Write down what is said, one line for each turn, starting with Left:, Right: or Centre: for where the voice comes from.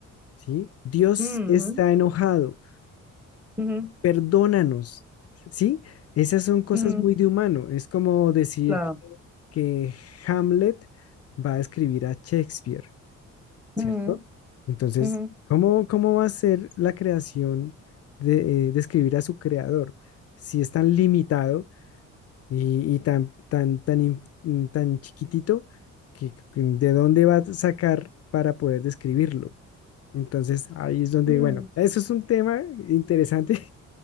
Left: ¿sí? Dios
Centre: ujú.
Left: está enojado,
Centre: Ujú,
Left: perdónanos, ¿sí? Esas son cosas
Centre: ujú,
Left: muy de humano. Es como decir
Centre: claro.
Left: que, que Hamlet va a escribir a Shakespeare, ¿cierto?
Centre: Ujú,
Left: Entonces,
Centre: ujú,
Left: ¿cómo, cómo va a ser la creación de, eh, de escribir a su creador si es tan limitado y, y tan, tan, tan, in- mm, tan chiquitito que, que de dónde va a sacar para poder describirlo? Entonces, ahí es donde,
Centre: ujú,
Left: bueno, eso es un tema interesante.